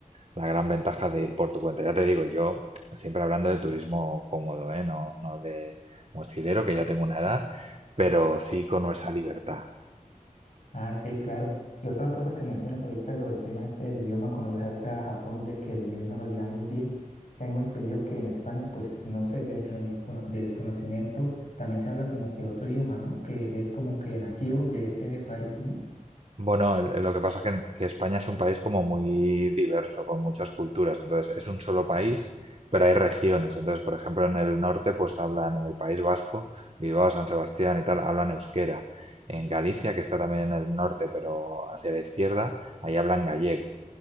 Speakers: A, on the right; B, on the left.
A: la gran ventaja de ir por tu cuenta. Ya te digo, yo siempre hablando de turismo cómodo, ¿eh? No, no de mochilero, que ya tengo una edad, pero sí con esa libertad.
B: Ah, sí, claro. Y otra cosa que mencionas ahorita, lo del tema este del idioma, cuando viajaste a Japón, de que el inglés no lo lleva muy bien, tengo entendido que en España, pues no sé, dentro de mis cono- desconocimiento, también se habla como que otro idioma, ¿no? Que es como que nativo de ese país, ¿no?
A: Bueno, el- el- lo que pasa es que, que España es un país como muy diverso, con muchas culturas. Entonces, es un solo país, pero hay regiones. Entonces, por ejemplo, en el norte, pues hablan en el País Vasco, Bilbao, San Sebastián y tal, hablan euskera. En Galicia, que está también en el norte, pero hacia la izquierda, ahí hablan gallego